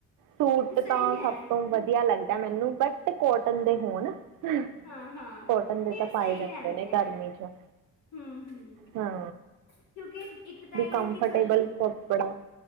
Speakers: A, on the right; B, on the left.
A: ਸੂਟ
B: ਸਹੀ
A: ਤਾਂ
B: ਐ
A: ਸਭ ਤੋਂ ਵਧੀਆ ਲੱਗਦਾ ਏ ਮੈਨੂੰ ਬਟ ਤੇ ਕੋਟਨ ਦੇ ਹੋਣ। ਹੁਹ
B: ਹਾਂ-ਹਾਂ।
A: ਕੋਟਨ ਦੇ
B: ਨਹੀਂ
A: ਤਾ ਪਾਏ
B: ਸਹੀ
A: ਜਾਂਦੇ
B: ਰਹਿੰਦੇ
A: ਨੇਂ ਗਰਮੀ
B: ਐ
A: ਚ
B: ਹੂੰ-ਹੂੰ
A: ਹਾਂ।
B: ਕਿਉਂਕਿ ਇੱਕ ਤਾ
A: ਵੀ
B: ਇਹ
A: ਕੰਫਰਟੇਬਲ
B: ਹੈ ਕਿ ਚੱਲ
A: ਕੱਪੜਾ